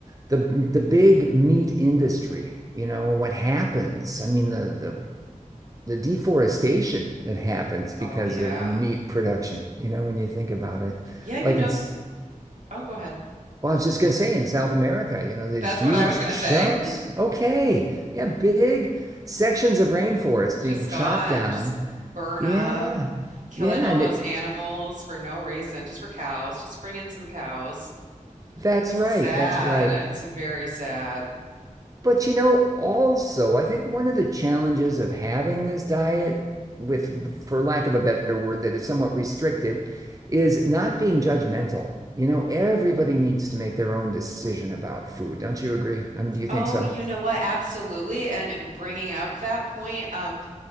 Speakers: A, on the right (about 25°); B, on the right (about 65°).
A: the the big meat industry, you know, what happens. I mean, the the the deforestation that happens because
B: Oh yeah.
A: of meat production, you know, when you think about it.
B: Yeah, you
A: Like
B: know,
A: in
B: oh, go ahead.
A: well, I was just gonna say in South America, you know, these
B: That's
A: huge
B: what I was gonna
A: chunks.
B: say. <laughs>
A: Okay. Yeah, big sections of rainforest
B: It's
A: being
B: just
A: chopped
B: gone,
A: down.
B: just burn
A: Yeah.
B: up, killing
A: Yeah,
B: all
A: and
B: those
A: it
B: animals for no reason, just for cows, just bring in some cows.
A: that's
B: Sad.
A: right. That's right.
B: It's very sad.
A: But you know, also, I think one of the challenges of having this diet with, for lack of a better word, that is somewhat restricted, is not being judgmental. You know, everybody needs to make their own decision about food. Don't you agree? I mean, do you
B: Oh,
A: think so?
B: you know what? Absolutely. And bringing up that point, um,